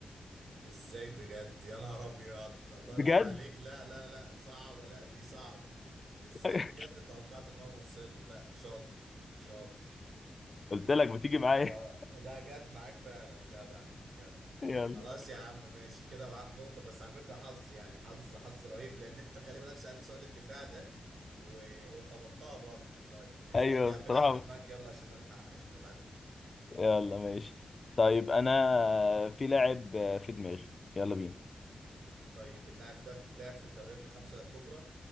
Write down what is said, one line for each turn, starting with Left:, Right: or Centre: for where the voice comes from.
Right: ازاي بجد يا نهار ابيض الله
Left: بجد
Right: ينور عليك لا لا لا صعبة لا دي صعبة ازاي
Left: <laughs>
Right: بجد توقعت ان هو مرسله لا شاطر شاطر
Left: قلت لك بتيجي معايا
Right: اه لا جت معاك فعلا جدع جدع
Left: <laughs> يلا
Right: خلاص يا عم ماشي كده معاك نقطة بس على فكرة حظ يعني حظ حظ رهيب لان انت خلي بالك سألت سؤال الدفاع ده و- وخبطتها برضه طيب ماشي
Left: ايوه
Right: حط يا عم
Left: بصراحة
Right: لاعب في دماغك يلا عشان الحق عشان اتعادل معاك
Left: يلا ماشي طيب انا في لاعب في دماغي يلا بينا
Right: طيب اللاعب ده لعب في الدوريات الخمسة الكبرى